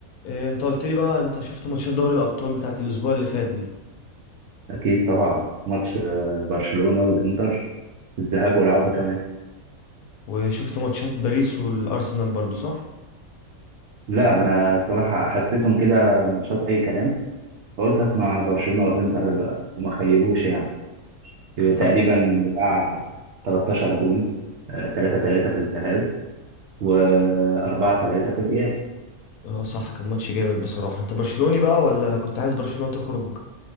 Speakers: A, on the left; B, on the right.
A: إيه، انت قلت لي بقى انت شفت ماتشات دوري الابطال بتاعت الاسبوع اللي فات دي
B: أكيد طبعا ماتش آه، برشلونة والإنتر الذهاب والعودة كمان
A: وشفت ماتشات باريس والارسنال برضو صح
B: لا أنا صراحة حسيتهم كده ماتشات أي كلام فقلت أسمع برشلونة والإنتر آه، وما خيبوش يعني تقريبا
A: انت ب...
B: بتاع 13 جون 3 3 في الذهاب و4 3 في الإياب
A: اه صح كان ماتش جامد بصراحة انت برشلوني بقى ولا كنت عايز برشلونة تخرج